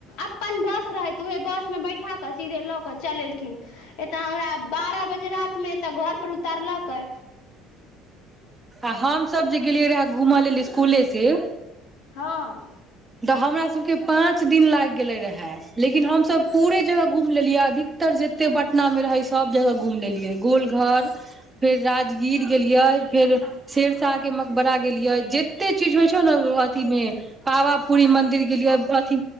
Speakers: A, on the left; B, on the right.
A: अपन बस रहे त उहे बस में बैठा के सीधे लऽ के चलेलक कीन एतऽ हमरा बारह बजे रात मे एतऽ घर पर उतारलकै
B: आ हमसब जे गेलियै रहै घूमल लेल स्कुले से
A: हँ
B: तऽ हमरा सबके पाँच दिन लैग गेले रहे लेकिन हमसब पूरे जगह घूम लेलियै अधिकतर जते पटना मे रहे सब जगह घूम लेलियै गोल घर फेर राजगीर गेलियै फेर सेरशाह के मकबरा गेलियै जते चीज होइ छौ ने ओ अथिमे पावा पूरी मंदिर गेलियै अथी